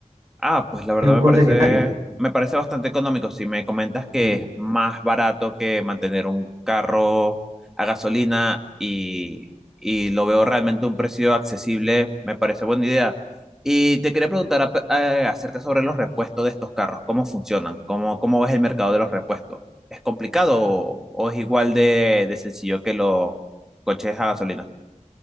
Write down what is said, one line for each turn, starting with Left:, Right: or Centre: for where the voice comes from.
Centre: Ah, pues la verdad
Right: en un
Centre: me
Right: concesionario.
Centre: parece, me parece bastante económico. Si me comentas que
Right: Ujú.
Centre: es más barato que mantener un carro a gasolina y, y lo veo realmente un precio accesible, me parece buena idea. Y te quería preguntar ap- eh, acerca sobre los repuestos de estos carros, cómo funcionan, cómo, cómo es el mercado de los repuestos. ¿Es complicado o, o es igual de, de sencillo que los coches a gasolina?